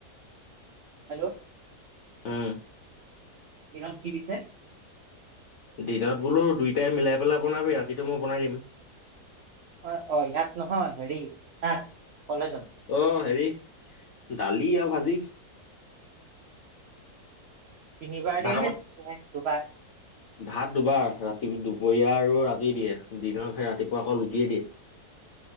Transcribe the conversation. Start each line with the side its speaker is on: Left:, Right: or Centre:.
Right: হেল্ল'।
Left: উম
Right: দিনত কি দিছে
Left: দিনত বোলো দুইটাই মিলাই পেলাই বনাবি ৰাতিটো মই বনাই দিম।
Right: অ', অ', ইয়াত নহয় হেৰি তাত কলেজত।
Left: অ', হেৰি দালি আৰু ভাজি।
Right: তিনিবাৰ
Left: ভাতৰ
Right: দিয় নে,
Left: লগত
Right: নে দুবাৰ?
Left: ভাত দুবাৰ ৰাতি দুপৰীয়া আৰু ৰাতি দিয়ে দিনৰ ৰাতিপুৱা আকৌ ৰুটিয়ে দিয়ে।